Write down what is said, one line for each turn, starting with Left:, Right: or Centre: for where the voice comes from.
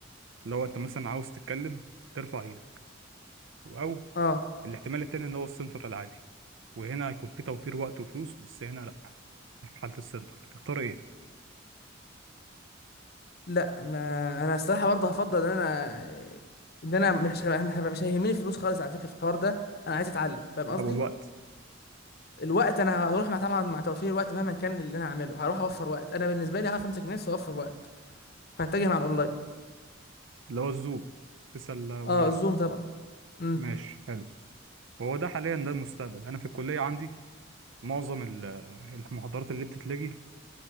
Right: لو انت مثلا عاوز تتكلم ترفع ايدك او
Left: اه
Right: الاحتمال التاني اللي هو السنتر العادي وهنا هيكون في توفير وقت وفلوس بس هنا لا في حالة السنتر تختار ايه
Left: لا ما انا الصراحه برضه هفضل ان انا ان انا مش مش مش هيهمني الفلوس خالص على فكره في الحوار ده انا عايز اتعلم فاهم قصدي
Right: طب والوقت
Left: الوقت انا هروح مع طبعا مع توفير الوقت مهما كان اللي انا هعمله هروح اوفر وقت انا بالنسبه لي هعرف امسك نفسي واوفر وقت فهتجه مع الاونلاين
Right: اللي هو الزوم تسأل اونلاين
Left: اه الزوم طبعا امم
Right: ماشي حلو وهو ده حاليا ده المستقبل انا في الكلية عندي معظم ال- المحاضرات اللي بتتلغي